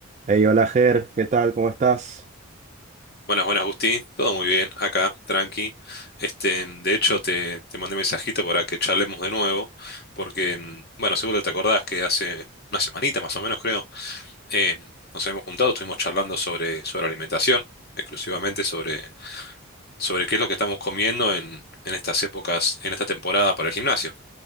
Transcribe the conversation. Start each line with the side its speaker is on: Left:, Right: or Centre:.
Right: Hey, hola Ger, ¿qué tal? ¿Cómo estás?
Left: Buenas, buenas, Gusti. Todo muy bien, acá, tranqui. Este, mm, de hecho, te, te mandé un mensajito para que charlemos de nuevo, porque, mm, bueno, seguro te acordás que hace una semanita más o menos, creo, eh, nos habíamos juntado, estuvimos charlando sobre, sobre alimentación, exclusivamente sobre, sobre qué es lo que estamos comiendo en, en estas épocas, en esta temporada para el gimnasio.